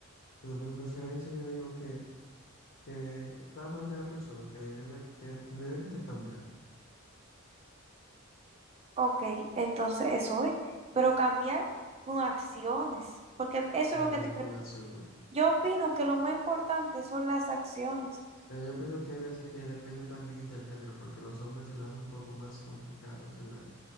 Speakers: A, on the left; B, on the right.
A: no, mi preferencia yo digo que... que está mal de la persona, que debió de, que debería de cambiar,
B: Ok, entonces eso es. Pero cambiar con acciones. Porque eso
A: cambiar
B: es lo que te...
A: con acciones.
B: Yo opino que lo más importante son las acciones.
A: Pero yo opino que hay veces que depende también del género, porque los hombres se les hace un poco más complicado se la-